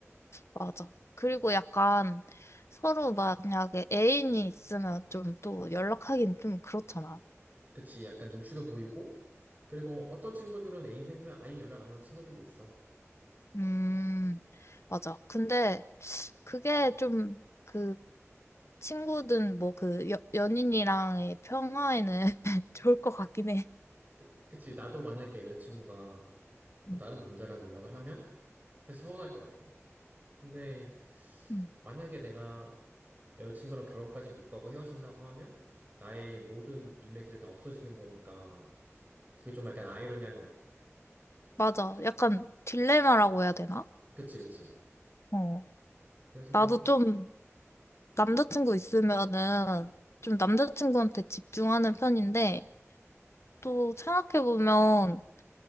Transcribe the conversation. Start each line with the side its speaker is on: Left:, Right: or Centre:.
Left: 맞아. 그리고 약간 서로 만약에 애인이 있으면 좀 또 연락하긴 좀 그렇잖아.
Right: 그치? 약간 눈치도 보이고 그리고 어떤 친구들은 애인 생기면 아예 연락 안 하는 친구들도 있어.
Left: 음, 맞아. 근데 그게 좀 그 친구든 뭐 그 연인이랑의 평화에는 <laughs> 좋을 것 같긴 해.
Right: 그, 그치 나도 만약에 여자친구가 뭐
Left: 음,
Right: 다른 남자랑 연락을 하면 사실 서운할 것 같아. 근데
Left: 음.
Right: 만약에 내가 여자친구랑 결혼까지 못 가고 헤어진다고 하면 나의 모든 인맥들이 다 없어지는 거니까 그게 좀 약간 아이러니한 것 같아.
Left: 맞아. 약간 딜레마라고 해야 되나?
Right: 그치, 그치.
Left: 어.
Right: 그래서,
Left: 나도 좀 남자친구 있으면은 좀 남자친구한테 집중하는 편인데 또 생각해보면